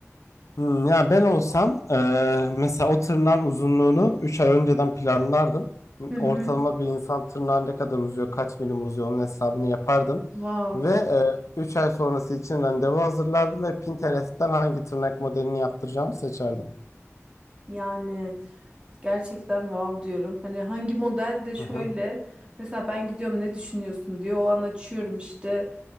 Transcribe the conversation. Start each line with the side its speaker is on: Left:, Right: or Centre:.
Left: Hmm, ya ben olsam eee, mesela o tırnağın uzunluğunu 3 ay önceden planlardım.
Right: Hı hı.
Left: Ortalama bir insan tırnağı ne kadar uzuyor, kaç milim uzuyor onun hesabını yapardım.
Right: Wow.
Left: Ve 3 ay sonrası için randevu hazırlardım ve Pinterest'ten hangi tırnak modelini yaptıracağımı seçerdim.
Right: Yani gerçekten wow diyorum. Hani hangi model de şöyle
Left: Hı hı.
Right: mesela ben gidiyorum ne düşünüyorsun diyor. O an açıyorum işte